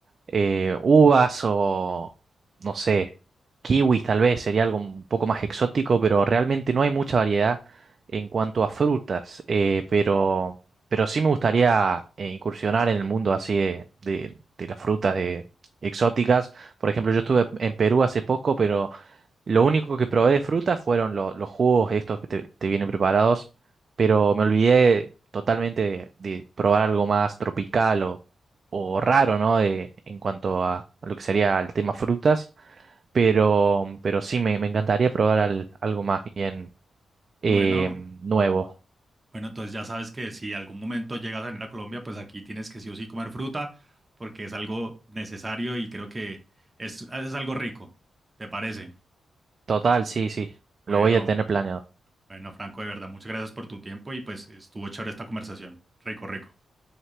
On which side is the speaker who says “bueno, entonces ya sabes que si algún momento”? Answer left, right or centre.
Right